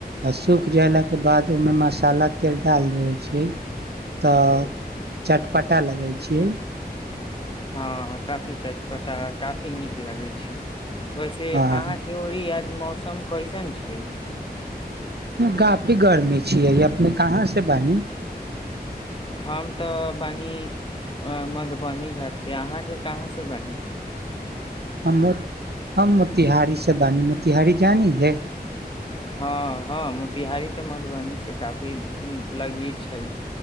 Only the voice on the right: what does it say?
अस सूख गेलेलाके बाद ओहिमे मसाला तेल डालि दै छियै तऽ
चट पटा लेबै छी यै
हँ
काफी गर्मी छियै अपने कहाँ से बनी
हम मो हम मोतिहारीसँ बानी मोतिहारी जानी रहे